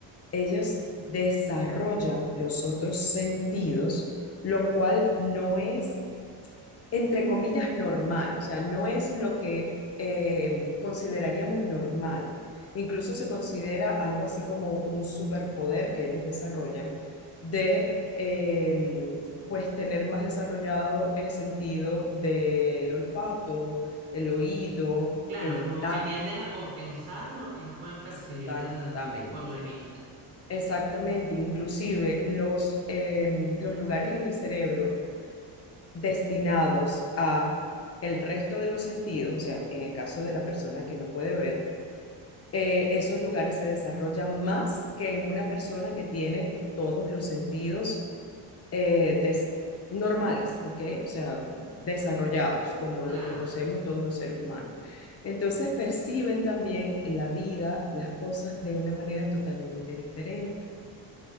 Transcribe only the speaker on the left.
ellos desarrollan los otros sentidos, lo cual no es, entre comillas, normal, o sea, no es lo que eh, consideraríamos normal. Incluso se considera algo así como un superpoder que ellos desarrollan de, eh, pues, tener más desarrollado el sentido del olfato, el oído,
el
tacto,
exactamente.
Exactamente, inclusive los, em, los lugares en el cerebro destinados a el resto de los sentidos, o sea, en el caso de la persona que no puede ver, eh, esos lugares se desarrollan más que en una persona que tiene todos los sentidos eh, des- normales, ¿ok? O sea, desarrollados, como los
conocemos todos los seres humanos. Entonces perciben también la vida, las cosas de una manera totalmente diferente.